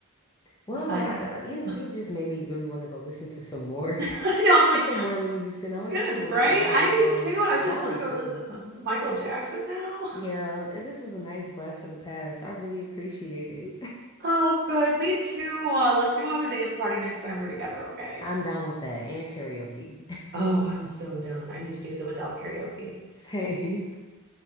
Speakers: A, on the left; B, on the right.
A: Well,
B: But
A: I,
B: yeah.
A: I- you
B: <laughs>
A: you just made me really want to go listen to some more,
B: I
A: <laughs>
B: know. I'm like,
A: to some more Whitney Houston. Now I
B: good,
A: just want to listen
B: right?
A: to all her
B: I
A: songs,
B: do too. I just
A: Dolly
B: want to
A: too.
B: go listen to some Michael Jackson now.
A: Yeah, th- this was a nice blast for the past. I really appreciate it. <laughs>
B: Oh, good. Me too. Uh, let's go have a dance party next time we're together, okay?
A: I'm down with that and karaoke.
B: Oh, I'm so down. I need to do some Adele karaoke.
A: <laughs> Same.